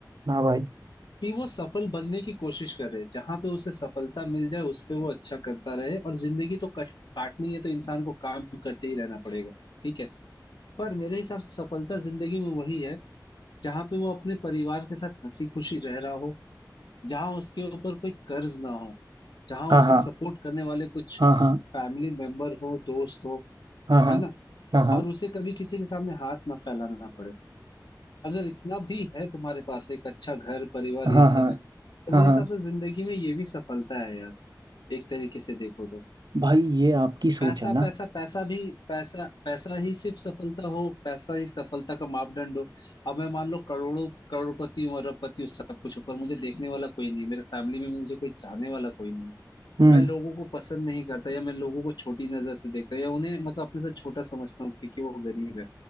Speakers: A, on the right; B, on the left.
A: हाँ भाई
B: कि वो सफल बनने की कोशिश करे जहां पे उसे सफलता मिल जाए उस पे वो अच्छा करता रहे और जिंदगी तो कट काटनी है तो इंसान को काम करते ही रहना पड़ेगा ठीक है पर मेरे हिसाब से सफलता जिंदगी में वही है जहां पे वो अपने परिवार के साथ हंसी खुशी रह रहा हो जहां उसके ऊपर कोई कर्ज ना हो जहां
A: हाँ
B: उसे
A: हाँ
B: सपोर्ट करने वाले कुछ
A: हाँ हाँ
B: फैमिली मेंबर हो दोस्त हो
A: हाँ हाँ
B: है ना
A: हाँ हाँ
B: और उसे कभी किसी के सामने हाथ ना फैलाना पड़े अगर इतना भी है तुम्हारे पास एक अच्छा घर परिवार
A: हाँ
B: ये सब
A: हाँ
B: है तो
A: हाँ
B: मेरे हिसाब
A: हाँ
B: से जिंदगी में ये भी सफलता है यार एक तरीके से देखो तो
A: भाई ये आपकी
B: पैसा
A: सोच है ना
B: पैसा पैसा भी पैसा पैसा ही सिर्फ सफलता हो पैसा ही सफलता का मापदंड हो अब मैं मान लो करोड़ों करोड़पति हूँ अरबपति हूँ सब कुछ हूँ पर मुझे देखने वाला कोई नहीं है मेरे फैमिली में मुझे कोई चाहने वाला कोई नहीं है
A: हम्म
B: मैं लोगों को पसंद नहीं करता या मैं लोगों को छोटी नजर से देखता हूँ या उन्हें मतलब अपने से छोटा समझता हूँ क्योंकि वो गरीब है